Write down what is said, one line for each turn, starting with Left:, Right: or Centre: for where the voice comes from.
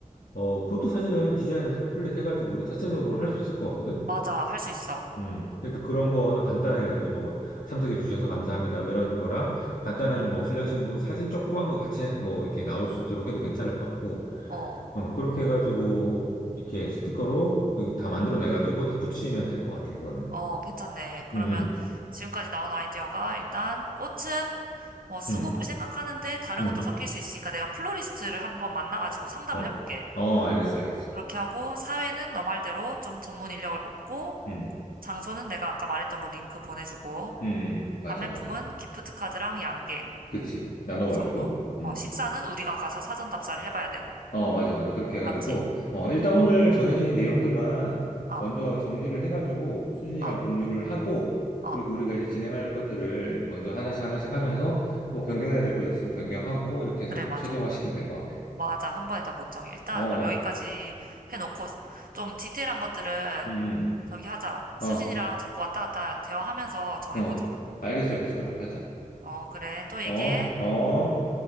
Left: 어, 그것도 사실은 디자인을 템플릿 해가지고 우리 자체적으로 할 수 있을 것 같거든?
Right: 맞아. 할 수 있어.
Left: 음, 그러니까 그런 거는 간단하게, 그지? 뭐, 참석해 주셔서 감사합니다. 뭐 이런 거랑 간단한
Right: 응?
Left: 뭐, 신랑 신부 사진 조그만 거 같이 뭐, 이렇게 나올 수 있도록 해도 괜찮을 것 같고,
Right: 어,
Left: 어, 그렇게 해가지고 이렇게 스티커로 여기 다 만들어내가지고 다 붙이면 될 것 같아, 그거는.
Right: 어, 괜찮네. 그러면
Left: 음, 음,
Right: 지금까지 나온 아이디어가 일단 꽃은 어, 수국을
Left: 음.
Right: 생각하는데 다른
Left: 음.
Right: 것도 섞일 수 있으니까 내가 플로리스트를 한번 만나가지고 상담을
Left: 어,
Right: 해볼게.
Left: 어, 알겠어, 알겠어.
Right: 그렇게 하고 사회는 너 말대로 좀 전문 인력을 뽑고
Left: 음,
Right: 장소는 내가 아까 말했던 거 링크 보내주고
Left: 음, 음, 맞아,
Right: 답례품은
Left: 맞아.
Right: 기프트 카드랑 양갱
Left: 그치. 나눠가지고.
Right: 이 정도.
Left: 음,
Right: 어, 식사는 우리가 가서 사전 답사를 해봐야 되고
Left: 어, 맞아, 맞아. 그렇게 해가지고.
Right: 맞지?
Left: 어, 일단 오늘 정해진 내용들만
Right: 어,
Left: 먼저 정리를 해가지고 수진이랑
Right: 어,
Left: 공유를 하고,
Right: 어,
Left: 그리고 우리가 이제 진행할 것들을 먼저 하나씩 하나씩 하면서 뭐 변경해야 될 거 있으면 변경하고, 이렇게
Right: 그래
Left: 해서 좀
Right: 맞아.
Left: 최종화 시키면 될 것 같아.
Right: 맞아. 한 번에 다 못 정해. 일단
Left: 어,
Right: 그럼 여기까지 해놓고 좀 디테일한 것들은
Left: 음, 음.
Right: 저기 하자. 수진이랑
Left: 어,
Right: 자꾸 왔다 갔다 대화하면서 정해보자.
Left: 어. 알겠어, 알겠어. 그렇게 하자.
Right: 어, 그래. 또
Left: 어,
Right: 얘기해.
Left: 어.